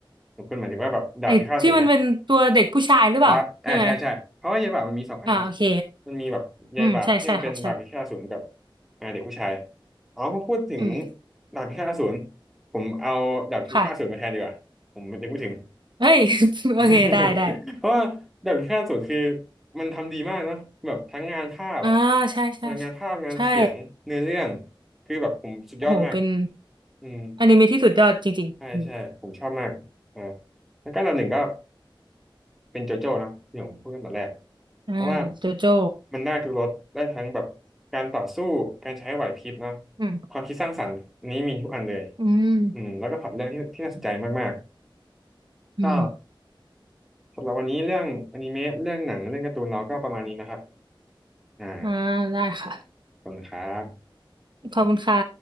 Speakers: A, in the centre; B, on the right (about 60°).
A: ของคุณหมายถึงว่าแบบดาบพิฆาตอสูรปะ
B: ไอ้ที่มันเป็นตัวเด็กผู้ชายหรือเปล่าใช่ไหม
A: อ๋ออ่าใช่ใช่เพราะว่าเย่บะมันมีสองอันเนาะ
B: อ่าโอเค
A: มันมีแบบเย่บะที่มันเป็นดาบพิฆาตอสูรกับ
B: อืมใช่ใช่ค่ะใช่
A: อ่าเด็กผู้ชายอ๋อพอพูดถึง
B: อืม
A: ดาบพิฆาตอสูรผมเอาดาบพิฆาตอสูรมาแทนดีกว่าผมนึกไม่ถึง
B: ค่ะเฮ้ย <laughs>
A: <laughs>
B: โอเคได้ได้
A: เพราะว่าแบบพิฆาตอสูรคือมันทำดีมากเนาะแบบทั้งงานภาพอะ
B: อ่าใช่ใช่
A: งานภาพงานเสียงเนื้อเรื่อง
B: ใช่่
A: คือแบบผมสุดยอดมาก
B: โอ้โหเป็น
A: อืม
B: อนิเมะที่สุดยอดจริงๆอม
A: ใช่ใช่ผมชอบมากอ่าแล้วก็อันดับหนึ่งก็เป็นโจโจ้เนอะที่ผมพูดตั้งแต่แรก
B: อ่าโจโจ้
A: เพราะว่ามันได้ทุกรสได้ทั้งแบบการต่อสู้การใช้ไหวพริบเนาะ
B: อืม
A: ความคิดสร้างสรรค์อันนี้มีทุกอันเลย
B: อืม
A: อืมแล้วก็พล็อตเรื่องที่ที่น่าสนใจมาก
B: อืม
A: ๆก็ สำหรับวันนี้เรื่องอนิเมะเรื่องหนังเรื่องการ์ตูนเราก็ประมาณนี้นะครับอ่า
B: อ่าได้ค่ะ
A: ขอบคุณครับ
B: ขอบคุณค่ะ